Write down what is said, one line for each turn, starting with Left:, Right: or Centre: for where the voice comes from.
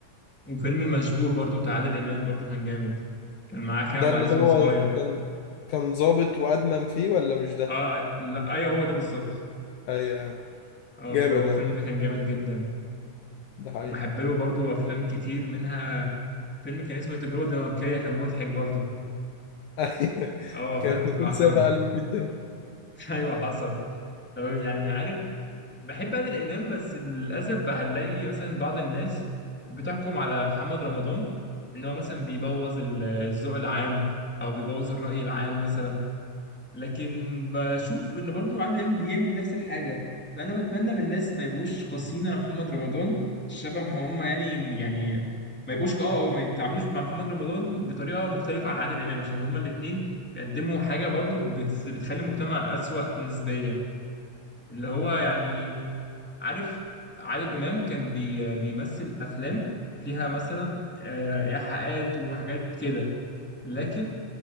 Centre: وفيلم المشبوه برضو بتاع عادل امام برضو كان جامد كان معاه كريم
Left: ده
Centre: عبد
Left: اللي
Centre: العزيز
Left: هو
Centre: وهو صغير
Left: كان كان ظابط وأدمن فيه ولا مش ده؟
Centre: اه لا ايوه هو ده بالظبط
Left: أيوه
Centre: اه
Left: جامد
Centre: فهو
Left: ده
Centre: الفيلم ده كان جامد جدا
Left: ده حقيقي
Centre: وبحب له برضو افلام كتير منها فيلم كان اسمه التجربه الدنماركيه كان مضحك برضو
Left: <laughs> أيوه
Centre: اه
Left: كانت
Centre: <laughs> كنت
Left: نكون
Centre: بعشقه
Left: سابق قلبه في الدنيا
Centre: <laughs> ايوه حصل طب يعني عارف بحب عادل امام بس للاسف هنلاقي مثلا بعض الناس بتحكم على محمد رمضان ان هو مثلا بيبوظ ال- الذوق العام او بيبوظ الرأي العام مثلا لكن بشوف ان برضو عادل امام بيعمل نفس الحاجة فانا بتمنى من الناس ما يبقوش قاسيين على محمد رمضان شبه ما هم يعني يعني ما يبقوش اه اه ما يتعاملوش مع محمد رمضان بطريقة مختلفة عن عادل امام عشان هما الاتنين بيقدموا حاجة برضو بتس- بتخلي المجتمع أسوأ نسبيا اللي هو يعني عارف عادل إمام كان بي بيمثل أفلام فيها مثلا آه، إيحاءات وحاجات كده لكن